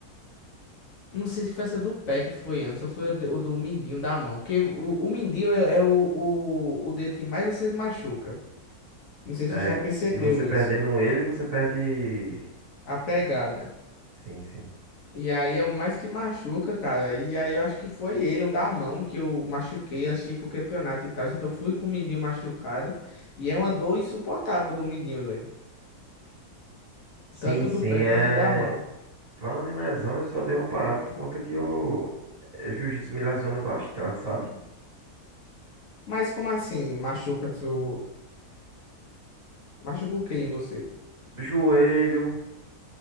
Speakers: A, on the left; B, on the right.
A: não sei se foi essa do pé que foi antes ou foi o do, o do mindinho da mão. Porque o, o mindinho é, é o, o, o dedo que mais você machuca. Não sei se
B: É,
A: você já percebeu
B: e você perdendo
A: isso.
B: ele, você perde...
A: A pegada.
B: Sim, sim.
A: E aí é o mais que machuca, cara. E aí eu acho que foi ele, o da mão, que eu machuquei antes de ir pro campeonato e tal. Então fui com o mindinho machucado. E é uma dor insuportável do mindinho, doido.
B: Sim,
A: Tanto
B: sim,
A: do pé
B: é...
A: quanto da mão.
B: Falando em lesão, eu só dei uma parada por conta que o Jiu-jitsu me lesiona bastante, sabe?
A: Mas como assim? Machuca tu. Machuca o quê em você?
B: Do Joelho.